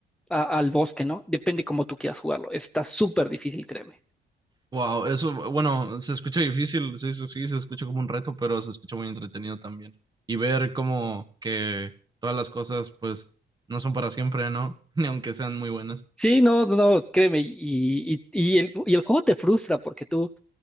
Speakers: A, in the centre; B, on the right.
A: a- al bosque, ¿no? Depende cómo tú quieras jugarlo. Está súper difícil, créeme.
B: Wow, eso, bueno, se escucha difícil, sí, sí, sí, se escucha como un reto, pero se escucha muy entretenido también. Y ver como que todas las cosas, pues, no son para siempre, ¿no? <laughs> Ni aunque sean muy buenas.
A: Sí, no, no, no, créeme, y, y, y el, y el juego te frustra porque tú